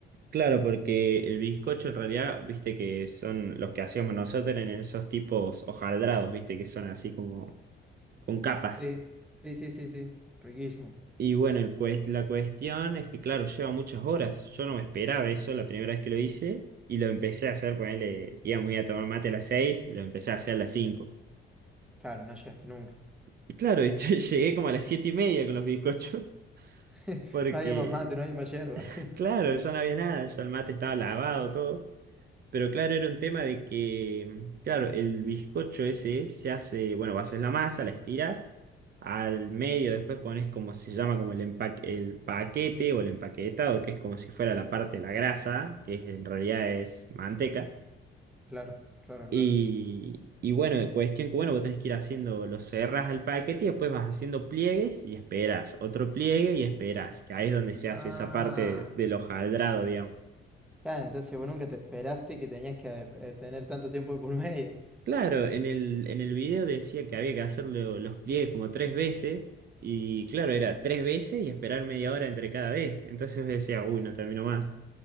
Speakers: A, on the right; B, in the centre.
A: claro, porque el bizcocho en realidad, viste que son los que hacíamos nosotros en esos tipos hojaldrados, viste que son así como con capas.
B: Sí, sí, sí, sí, sí. Riquísimo.
A: Y bueno, el cues- la cuestión es que, claro, lleva muchas horas. Yo no me esperaba eso la primera vez que lo hice y lo empecé a hacer, ponele, iba muy a tomar mate a las seis lo empecé a hacer a las cinco
B: Claro, no llegaste nunca.
A: Y claro, <laughs> yo llegué como a las siete y media con los bizcochos
B: <laughs>
A: porque,
B: No había más mate, no había más yerba. <laughs>
A: claro, ya no había nada, ya el mate estaba lavado, todo. Pero claro, era un tema de que, mm, claro, el bizcocho ese se hace, bueno, haces la masa, la estiras, al medio después pones como se llama, como el empaque, el paquete o el empaquetado, que es como si fuera la parte de la grasa, que es- en realidad es manteca.
B: Claro, claro, claro.
A: Y, y bueno, cuestión que, bueno, vos tenés que ir haciendo, lo cerras al paquete y después vas haciendo pliegues y esperas, otro pliegue y esperas, que ahí es donde se hace
B: Ah,
A: esa parte del hojaldrado, digamos.
B: claro, entonces vos nunca te esperaste que tenías que eh, tener tanto tiempo de por medio.
A: Claro, en el, en el video decía que había que hacerlo los pliegues como tres veces, y claro, era tres veces y esperar media hora entre cada vez. Entonces decía, uy, no termino más.